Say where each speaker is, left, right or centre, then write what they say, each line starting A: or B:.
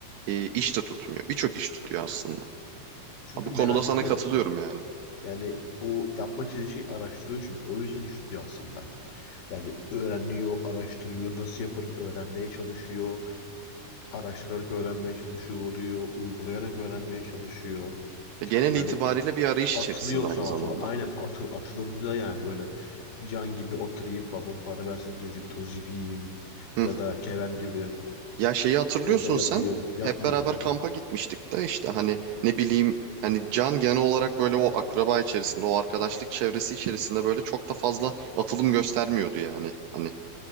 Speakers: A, on the right; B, on the left.
A: e, iş de tutmuyor. Birçok iş tutuyor aslında.
B: Çünkü
A: Bu
B: meraklı.
A: konuda sana katılıyorum yani.
B: Yani o yapmak istediği şeyi araştırıyor çünkü. O yüzden iş tutuyor aslında. Yani öğreniyor, araştırıyor, nasıl yaparım öğrenmeye çalışıyor. Araştırarak öğrenmeye çalışıyor, diyor, uygulayarak öğrenmeye çalışıyor.
A: E, Genel
B: Yani
A: itibariyle bir arayış
B: atılıyor
A: içerisinde aynı
B: sağa
A: zamanda.
B: sola. Aynen atıl atılımda yani böyle can gibi oturayım, babam para versin gezip tozip yiyeyim.
A: Hı.
B: Ya da Kerem gibi
A: Ya şeyi hatırlıyorsun
B: evde yatayım.
A: sen.
B: Yapmıyor
A: Hep beraber
B: yani.
A: kampa gitmiştik de işte hani ne bileyim yani Can genel olarak böyle o akraba içerisinde o arkadaşlık çevresi içerisinde böyle çok da fazla atılım göstermiyordu yani. Hani